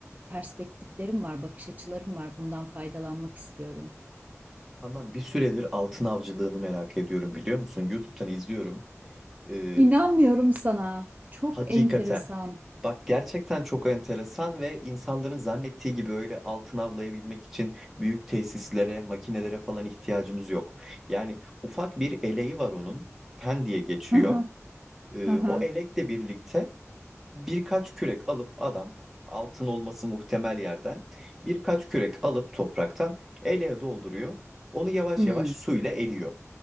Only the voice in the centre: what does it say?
Handan bir süredir altın avcılığını merak ediyorum biliyor musun? YouTube'dan izliyorum. Ee,
hakikaten.
Bak gerçekten çok enteresan ve insanların zannettiği gibi öyle altın avlayabilmek için büyük tesislere, makinelere falan ihtiyacımız yok. Yani ufak bir eleği var onun. Pen diye geçiyor.
Ee,
o elekle birlikte birkaç kürek alıp adam altın olması muhtemel yerden birkaç kürek alıp topraktan eleğe dolduruyor. Onu yavaş
yavaş suyla eliyor